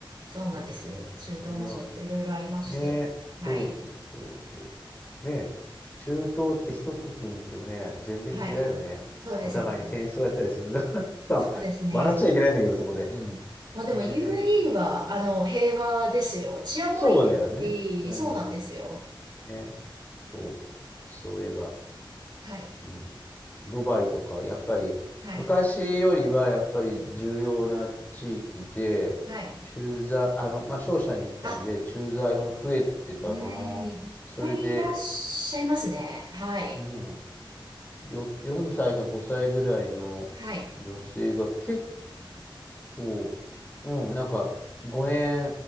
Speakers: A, on the right (about 50°); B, on the left (about 20°).
A: そうなんですよ。
B: でもね、イタリア。
A: 中東もちょっといろいろありまして。
B: ねえ。
A: はい。
B: そうそうそうそう。ねえ。中東って一国に言ってもね、全然違うよね。
A: はい。そうですね。
B: お互いに戦争やったりするんだからさ、
A: そうですね。
B: 笑っちゃいけないんだけど、そこで。うん。
A: まあでも
B: ええ
A: UAE は、あの、平和ですよ。治安もいいですし、
B: そうだよね。うん。
A: そうなんですよ。
B: ね。そう。そういえば。
A: はい。
B: うん、ドバイとか、やっぱり昔よりはやっぱり重要な地域で、
A: はい。はい。
B: 駐在、あの、まあ、商社に行ったんで、
A: あ、
B: 駐在も増えてたな。
A: うーん、いっぱいいらっしゃいますね。
B: それで、
A: はい。
B: うん、よ、4歳か5歳ぐらいの女性が結
A: はい。
B: 構、うん、なんか5年